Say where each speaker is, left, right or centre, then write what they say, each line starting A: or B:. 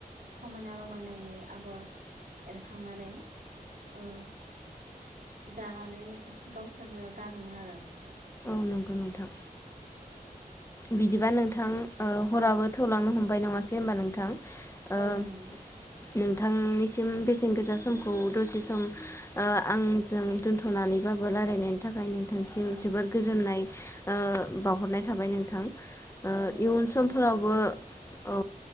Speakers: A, on the right; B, on the left.
A: समायना रमायनायै आगर एरखांनानै ओ दानानै गावसोरनो गानोमोन आरो।
B: औ नंगौ नोंथां बिदिबा नोंथां। हराबो
A: औ
B: थौलांनो हम बाय नङासै होनबा नोंथां। ओं
A: औ नंगौ
B: नों थांनिसिम बेसेन गोसा समखौ दसे सम आंजों दोन्थ'नानैबाबो रायलायनायनि थाखाय नों
A: औ
B: गोजोननाय बावहरनाय थाबाय नोंथां।
A: औ नोंथांनिसिम
B: इयुन समफोरावबो
A: गोजोननाय बावहरबाय
B: औ